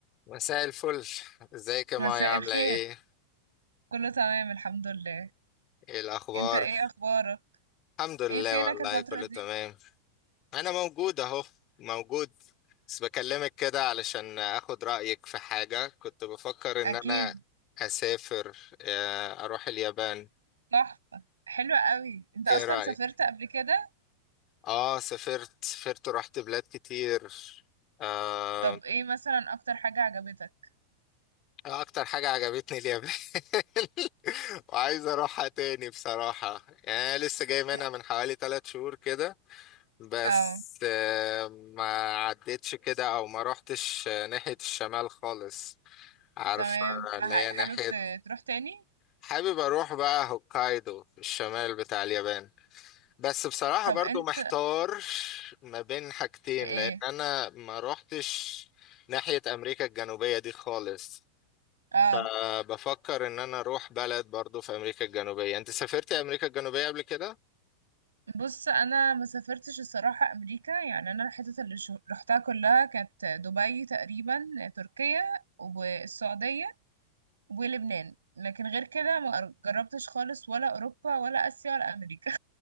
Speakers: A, on the left (about 35°); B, on the right (about 70°).
A: مساء الفل ازيك يا مايا
B: مساء
A: عاملة
B: الخير
A: ايه
B: كله تمام الحمد لله
A: ايه الاخبار
B: انت ايه اخبارك
A: الحمد لله
B: ايه فينك
A: والله
B: الفترة
A: كله
B: دي
A: تمام انا موجود اهو موجود بس بكلمك كده علشان اخد رأيك في حاجة كنت بفكر ان
B: اكيد
A: انا اسافر آه، اروح اليابان
B: تحفة حلوة قوي انت اصلا
A: ايه رأيك
B: سافرت قبل كده
A: اه سافرت سافرت ورحت بلاد كتير آه،
B: طب ايه مثلا اكتر حاجة عجبتك
A: اكتر حاجة عجبتني اليابان <laughs> وعايز اروحها تاني بصراحة يعني أنا لسه جاي منها
B: <laughs>
A: من حوالي ثلاث شهور كده بس
B: اه
A: آه، ما عدتش كده او ما روحتش آه، ناحية الشمال خالص عارف
B: تمام فحابب
A: آه، اللي هي ناحية
B: ت- تروح تاني
A: حابب اروح بقى هوكايدو في الشمال بتاع اليابان بس بصراحة
B: طب
A: برضو
B: انت
A: محتار ما بين حاجتين
B: في ايه
A: لان انا ما روحتش ناحية امريكا الجنوبية دي خالص
B: اه
A: فبفكر ان انا اروح بلد برضو في امريكا الجنوبية انت سافرت امريكا الجنوبية قبل كده؟
B: بص انا ما سافرتش الصراحة امريكا يعني انا الحتت اللي شو- رحتها كلها كانت دبي تقريبا تركيا والسعودية ولبنان لكن غير كده ما جربتش خالص ولا أوروبا ولا آسيا ولا أمريكا